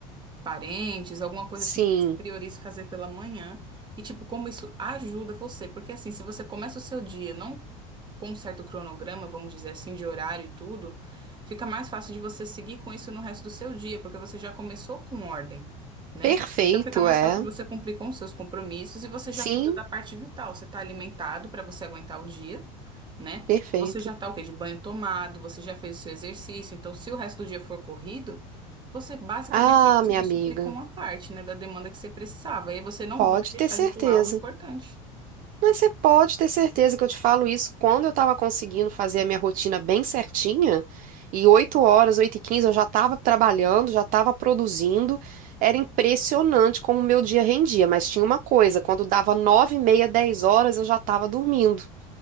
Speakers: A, on the right (about 25°); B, on the right (about 50°).
A: parentes, alguma coisa
B: sim,
A: assim que você priorize fazer pela manhã, e tipo, como isso ajuda você, porque assim, se você começa o seu dia, não com um certo cronograma, vamos dizer assim, de horário e tudo, fica mais fácil de você seguir com isso no resto do seu dia, porque você já começou com ordem, né?
B: perfeito,
A: Então fica mais
B: é,
A: fácil de você cumprir com os seus compromissos e você
B: sim,
A: já cuidou da parte vital. Você está alimentado para você aguentar o dia, né?
B: perfeito.
A: Você já está o quê? De banho tomado, você já fez o seu exercício. Então, se o resto do dia for corrido, você basicamente
B: Ah,
A: já conseguiu
B: minha amiga.
A: suprir com uma parte, né, da demanda que você precisava. E aí você não
B: Pode
A: vai deixar
B: ter certeza.
A: de pular algo importante.
B: Mas você pode ter certeza que eu te falo isso quando eu estava conseguindo fazer a minha rotina bem certinha, e 8 horas, 8 e 15, eu já estava trabalhando, já estava produzindo. Era impressionante como o meu dia rendia, mas tinha uma coisa, quando dava 9 e meia, 10 horas eu já estava dormindo.